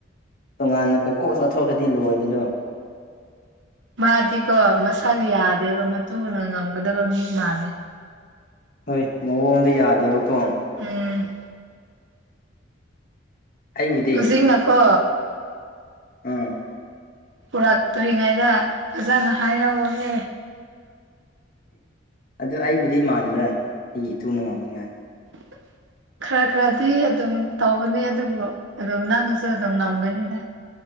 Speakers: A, on the left (about 50°); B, on the right (about 75°).
A: ꯇꯣꯉꯥꯟꯅ ꯀꯣꯛ ꯆꯥꯊꯣꯛꯑꯗꯤ ꯂꯣꯏꯔꯦꯗꯣ
B: ꯃꯥꯗꯤꯀꯣ ꯃꯁꯥꯅ ꯌꯥꯗꯦꯕ ꯃꯇꯨꯅ ꯉꯝꯒꯗꯕ ꯃꯤ ꯃꯥꯂꯦ
A: ꯍꯣꯏ ꯃꯑꯣꯟꯗꯣ ꯌꯥꯗꯦꯕꯀꯣ
B: ꯎꯝ
A: ꯑꯩꯕꯨꯗꯤ
B: ꯍꯧꯖꯤꯡꯅꯀꯣ
A: ꯑꯥ
B: ꯄꯨꯔꯛꯇꯔ ꯀꯔꯤ ꯉꯥꯢꯕ ꯐꯖꯅ ꯍꯥꯏꯌꯣꯍꯦ
A: ꯑꯗꯨ ꯑꯩꯕꯨꯗꯤ ꯃꯥꯟꯕ꯭ꯔꯥ ꯑꯩꯒꯤ ꯏꯇꯨꯅ ꯉꯝꯅꯤꯉꯥꯏ
B: <unintelligible> ꯈꯔ ꯈꯔꯗꯤ ꯑꯗꯨꯝ ꯇꯧꯒꯅꯤ ꯑꯗꯨꯕꯨ ꯑꯗꯨꯝ ꯅꯪꯅꯁꯨ ꯑꯗꯨꯝ ꯉꯝꯒꯅꯤꯗ